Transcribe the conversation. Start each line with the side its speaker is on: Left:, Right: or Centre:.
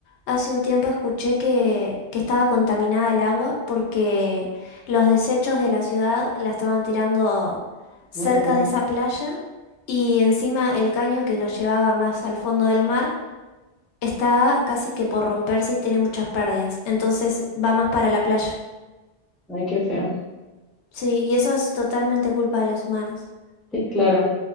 Left: hace un tiempo escuché que, que estaba contaminada el agua porque los desechos de la ciudad la estaban tirando cerca
Centre: o sea,
Left: de esa playa y encima el caño que lo llevaba más al fondo del mar está casi que por romperse y tiene muchas pérdidas. Entonces va más para la playa.
Centre: ay, qué feo.
Left: Sí, y eso es totalmente culpa de los humanos.
Centre: Sí, claro,